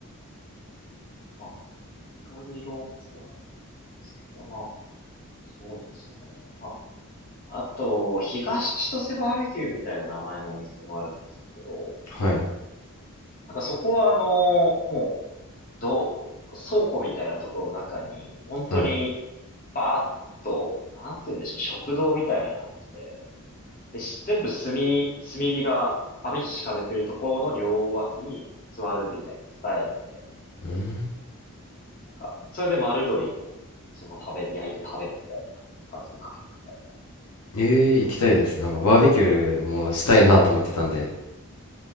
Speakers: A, on the left; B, on the left.
A: まあ、いろいろお店あるんですけど、まあ、そうですね。まあ、あと、東千歳バーベキューみたいな名前のお店もあるんですけど、
B: ーはい。
A: なんかそこはあの、もどう、倉庫みたいなところの中に、本当に、
B: はい。う
A: バーッと、なんて言うんでしょうね、食堂みたいな感じで、で、し全部炭、炭火が網敷かれてるところの両脇に座るみたいなスタイルで、
B: ーん。
A: なんか、それで丸鶏を、なんかそのまま食べ、焼いて食べるみたいな、スパイスをかけてみたい
B: ええー行きたいです。なんかバーベキューもしたいなと思ってたんで。